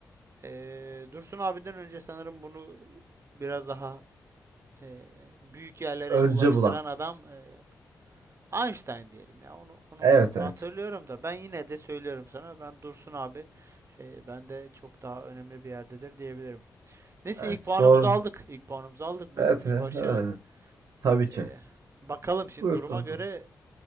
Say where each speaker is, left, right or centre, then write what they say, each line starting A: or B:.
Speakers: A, on the right; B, on the right.
A: E, Dursun abiden önce sanırım bunu biraz daha e, büyük yerlere
B: Önce
A: ulaştıran
B: bulan.
A: adam e, Einstein diyelim ya onu onu
B: Evet
A: hatırlıyorum
B: evet.
A: da ben yine de söylüyorum sana ben Dursun abi e, ben de çok daha önemli bir yerdedir diyebilirim. Neyse
B: Evet
A: ilk puanımızı
B: doğru.
A: aldık. İlk puanımızı aldık. Bu
B: Evet, he,
A: bir başarı.
B: he, tabii ki.
A: E, bakalım şimdi
B: Buyur
A: duruma
B: kankam.
A: göre